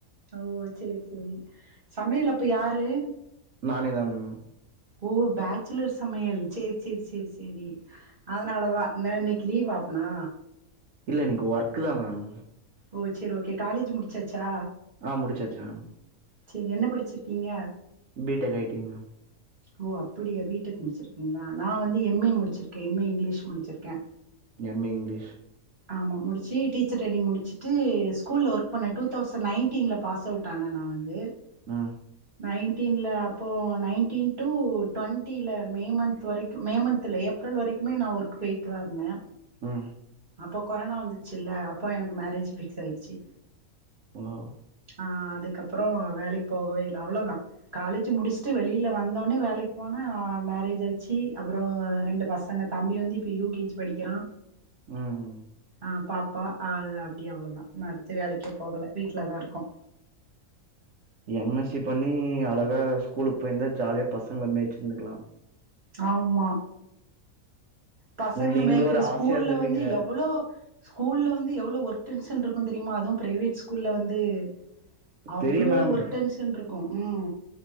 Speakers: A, on the right; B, on the right.
A: ஓ சேரி சேரி சமயல் அப்ப யாரு
B: நானே தா மேம்
A: ஓ பேச்சுலர்ஸ் சமையல் செர் செர் செர் செரி அதனாலதா ந இன்னிக்கு லீவா அப்பனா
B: இல்ல இன்னைக்கு ஒர்க்குதா மேம்
A: ஓ சேரி ஓகே காலேஜ் முடுச்சாச்சா
B: ஆ முடிச்சாச்சு மேம்
A: சேரி என்ன படிச்சுருக்கீங்க
B: B tech I T ma'am
A: ஓ அப்புடியா பி டெக் முடுச்சுருக்கீங்ளா நா வந்து எம் ஏ முடுச்சுருக்கே எம் ஏ இங்லிஷ் முடுச்சுருக்கே
B: எம் ஏ இங்லீஷ்
A: ஆமா முடிச்சி டீச்சர் ட்ரைனிங் முடுச்சுட்டு ஸ்கூல்ல ஒர்க் பண்ணே ட்டு தௌசண்ட் நைன்டீன்ல பாஸ் அவுட் ஆனே நா வந்து
B: ம்
A: நைன்டீன்ல அப்போ நைன்டீன் டூ ட்டொண்டில மே மந்த் வரைக்கு மே மந்த் இல்ல ஏப்ரல் வரைக்குமே நா ஒர்க் போய்ட்டு தா இருந்தே
B: ம்
A: அப்போ கொரோனா வந்துச்சில்ல அப்போ எனக்கு மேரேஜ் ஃபிக்ஸ் ஆயிடுச்சு
B: ம்
A: ஆ அதுக்கப்புறோ வேலைக்கு போகவே இல்ல அவ்ளோதா காலேஜ் முடிச்சுட்டு வெளியில வந்தோன்னே வேலைக்கு போனே மேரேஜ் ஆச்சி அப்புறோ ரெண்டு பசங்க தம்பி வந்து இப்ப யூ கே ஜி படிக்குறா
B: ம்
A: ஆ பாப்பா ஆ அது அப்டியே அவ்ளோதா அடுத்து வேலைக்கே போகல வீட்லதா இருக்கோ
B: எம் எஸ் பண்ணி அழகா ஸ்கூலுக்கு போயிருந்தா ஜாலியா பசங்கள மேய்சுருந்துருக்ளா
A: ஆமா பசங்கள
B: நீங்களு
A: மேய்குற
B: ஒரு
A: ஸ்கூல்ல
B: ஆசையா இருந்துப்பீங்க
A: வந்து எவ்வளோ ஸ்கூல்ல வந்து எவ்ளோ ஒர்க் டென்சன் இருக்கு தெரியுமா அதுவு பிரைவேட் ஸ்கூல்ல வந்து இது அவ்ளோ
B: தெரியு மேம்
A: ஒர்க் டென்ஷன் இருக்கு உம்